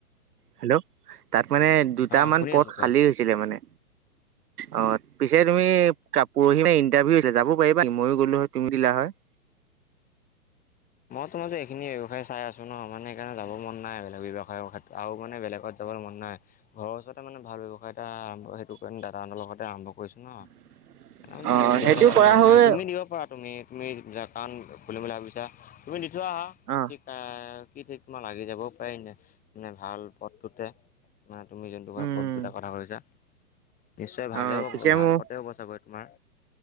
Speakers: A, on the right; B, on the left.
A: হেল্ল' তাত মানে দুটামান
B: অ শুনি
A: পদ
B: আছো কোৱা
A: খালী হৈছিলে মানে। অ পিছে তুমি কাপৰহি ইন্টাৰভিউ যাব পাৰিবানি মইও গ'লো হয় তুমি দিলা হয়।
B: ত মই যে এইখিনি ব্যৱসায় চাই আছো ন মানে সেইকাৰণে যাব মন নাই বেলেগ ব্যৱসায়ৰ ক্ষেত্ৰত মেলেগত যাবৰ মন নাই। ঘৰৰ ওচৰতে মানে ভাল ব্যৱসায়ী এটা আৰম্ভ, সেইটো কাৰণে দাদাহঁতৰ লগতে আৰম্ভ কৰিছো ন।
A: <unintelligible>
B: কাৰণ ইমান দূৰলৈ
A: সেইটো
B: যাবলৈ
A: কৰা
B: মন
A: হয়।
B: নাই। তুমি দিব পাৰা, তুমি কি কম বুলি ভাবিছা তুমি যোৱা
A: অ
B: কি কাৰণে কি ঠিক তোমাৰ লাগি যাবও পাৰিনে, মানে ভাল পথটোতে। মানে তুমি যোনটো ভাবত,
A: উম
B: দুটা কথা কৈছা। নিশ্চয় ভালে
A: অ
B: হ'ব
A: পিছে
B: ভাল
A: মোৰ
B: পথে হ'ব চাগৈ তোমাৰ।